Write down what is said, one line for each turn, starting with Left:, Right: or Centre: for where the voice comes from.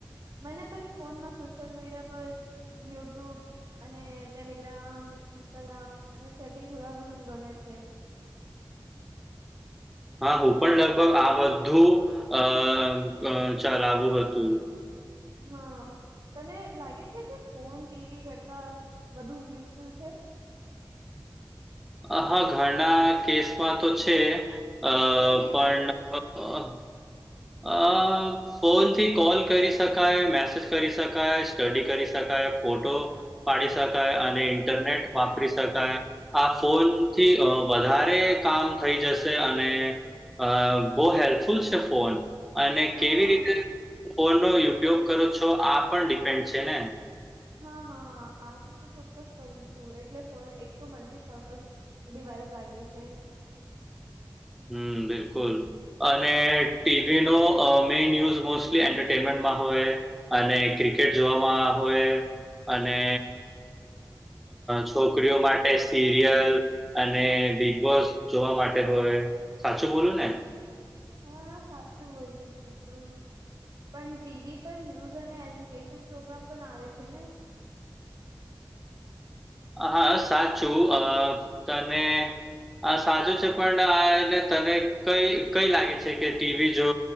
Right: મને પણ ફોનમાં સોશિયલ મીડિયા પર યુટ્યુબ અને ટેલિગ્રામ, ઇન્સ્ટાગ્રામ અને ચેટિંગ થોડા ઘણું ગમે છે.
Centre: હા હું પણ લગભગ આ બધું અ ક ચલાવુ હતું.
Right: હા તને લાગે છે કે ફોન ટીવી કરતા વધુ યુઝફુલ છે?
Centre: આહા ઘણા કેસમાં તો છે અ
Right: કઈ રીતે
Centre: પણ અ, અ ફોનથી કોલ કરી શકાય, મેસેજ કરી શકાય, સ્ટડી કરી શકાય, ફોટો પાડી શકાય અને ઇન્ટરનેટ વાપરી શકાય. આ ફોન થી વધારે કામ થઈ જશ. જસે અને અ બવ હેલ્પફુલ છે ફોન અને
Right: હા
Centre: કેવી રીતે ફોન નો ઉપયોગ કરો છો આ પણ ડિપેન્ડ છે ને.
Right: હા હા આતો ચોક્કસ કહુ છું એટલે ફોન એક તો મલ્ટીપર્પઝ ડિવાઈસ લાગે છે.
Centre: હમ્મ બિલકુલ, અને ટીવી નો મેઇન ન્યુઝ મોસ્ટ એન્ટરટેનમેન્ટમાં હોય, અને ક્રિકેટ જોવામાં હોય. અને છોકરીઓ માટે સિરિયલ. અને બિગબોસ જોવા માટે હોય સાચું બોલું ને.
Right: હા સાચું બોલ્યું છું તું. પણ ટીવી પર ન્યુઝ અને એજ્યુકેશન પ્રોગ્રામ પણ આવે છે ને.
Centre: હા સાચું અ તને આ સાચું છે પણ આને તને કઈ કઈ લાગે છે કે ટીવી જો